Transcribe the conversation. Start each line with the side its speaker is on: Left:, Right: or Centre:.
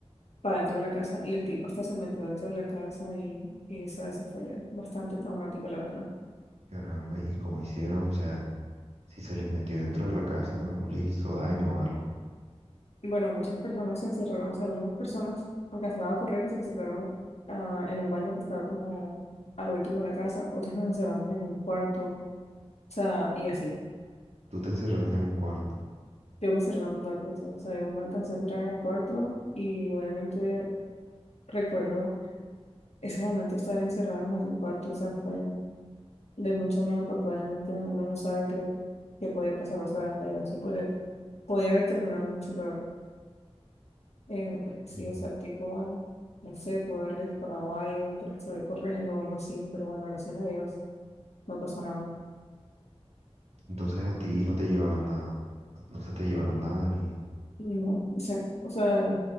Left: para dentro de la casa y el tipo hasta se metió dentro de la casa y, y esa, eso fue bastante traumático, la verdad.
Right: caramba, y como hicieron, o sea... Si se les metió dentro de la casa o les hizo daño o algo.
Left: Y bueno, muchas personas se encerraron, o sea, algunas personas alcanzaron a correr y se encerraron ah, en un baño que estaba como a lo último de la casa, otros nos encerramos en un cuarto, o sea, y así.
Right: Tú te encerraste en un cuarto.
Left: Yo me cerraba en cuarto, sí, o sea, yo me alcancé a cerrar en el cuarto y obviamente recuerdo ese momento de estar encerrados en el cuarto, o sea, fue de mucho miedo porque obviamente uno no sabe qué, qué podía pasar, o sea, en verdad, sí podía, podía haber terminado mucho peor, eh, porque sí,
Right: Mm.
Left: o sea, el tipo, no sé, puede haberle disparado a alguien porque se ve corriendo o algo así, pero bueno, gracias a Dios no pasó nada.
Right: Entonces a ti no te llevaron nada. No se te llevaron nada ni...
Left: No, o sea, o sea,